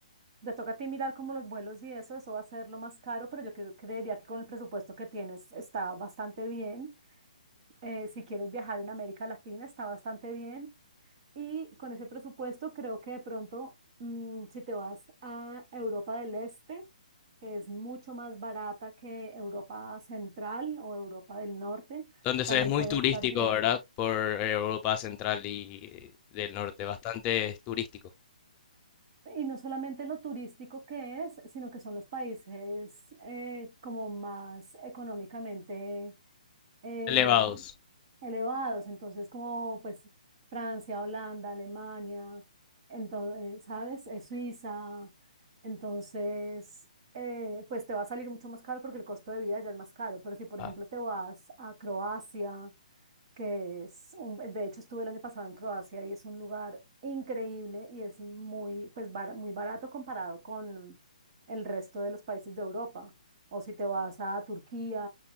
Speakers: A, on the right (about 45°); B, on the left (about 20°).
A: te toca a ti mirar como los vuelos y eso, eso va a ser lo más caro, pero yo creo- creería que con el presupuesto que tienes está bastante bien. Eh, si quieres viajar en América Latina, está bastante bien. Y con ese presupuesto creo que de pronto, mm, si te vas a Europa del Este, que es mucho más barata que Europa Central o Europa del Norte,
B: Donde
A: también
B: se- es muy
A: puede
B: turístico,
A: estar bien.
B: ¿verdad? Por eh, Europa Central y del Norte, bastante turístico.
A: Y no solamente lo turístico que es, sino que son los países eh, como más económicamente eh,
B: Elevados.
A: elevados. Entonces, como pues Francia, Holanda, Alemania, entonces, ¿sabes? Eh, Suiza. Entonces, eh, pues te va a salir mucho más caro porque el costo de vida ya es más caro. Pero si, por
B: Ah,
A: ejemplo, te vas a Croacia que es un, de hecho estuve el año pasado en Croacia y es un lugar increíble y es muy, pues, bar- muy barato comparado con el resto de los países de Europa. O si te vas a Turquía,